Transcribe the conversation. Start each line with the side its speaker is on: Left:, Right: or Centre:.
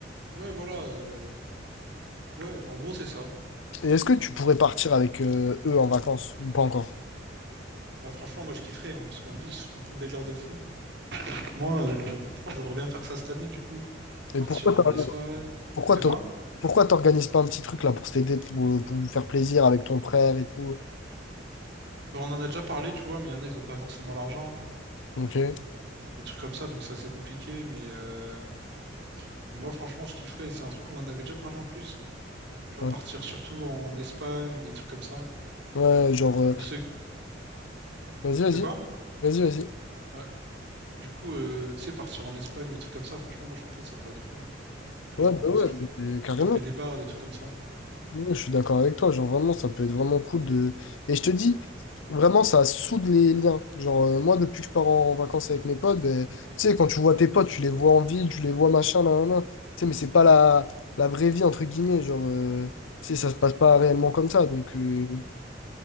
Right: Ouais, voilà. euh, Ouais, en gros, c'est ça.
Left: Et est-ce que tu pourrais partir avec euh, eux en vacances ou pas encore?
Right: Bah, franchement, moi, je kifferais, hein, parce qu'en plus, ils sont bon délire de fou. Moi, euh, bah, franchement, j'aimerais bien faire ça cette année, du coup.
Left: Et
Right: Partir
Left: pourquoi
Right: en
Left: t'as-
Right: Espagne.
Left: pourquoi
Right: De
Left: t'or-
Right: quoi?
Left: pourquoi t'organises pas un petit truc là pour t'aider, pour, euh, pour vous faire plaisir avec ton frère et tout?
Right: Bah, on en a déjà parlé, tu vois, mais il y en a, ils ont pas forcément l'argent.
Left: Ok.
Right: Des trucs comme ça, donc c'est assez compliqué. Mais, euh, mais moi, franchement, je kifferais. C'est un truc qu'on en avait déjà parlé en plus. Tu vois,
Left: Ouais,
Right: partir surtout en Espagne ou des trucs comme ça.
Left: Ouais, genre, euh,
Right: On sait...
Left: vas-y, vas-y.
Right: De quoi?
Left: Vas-y, vas-y.
Right: Ouais. Du coup, euh, tu sais, partir en Espagne ou des trucs comme ça, franchement, moi, je pense que ça pourrait être cool. On pourrait
Left: Ouais,
Right: vraiment
Left: bah ouais,
Right: se ta-
Left: mais carrément.
Right: taper des bars, des trucs comme ça.
Left: Ouais, je suis d'accord avec toi, genre vraiment, ça peut être vraiment cool de... Et je te dis, vraiment, ça soude les liens. Genre, euh, moi, depuis que je pars en vacances avec mes potes, ben, tu sais, quand tu vois tes potes, tu les vois en ville, tu les vois machin, là, là, là. Tu sais, mais c'est pas la, la vraie vie, entre guillemets, genre, euh, tu sais, ça se passe pas réellement comme ça, donc euh,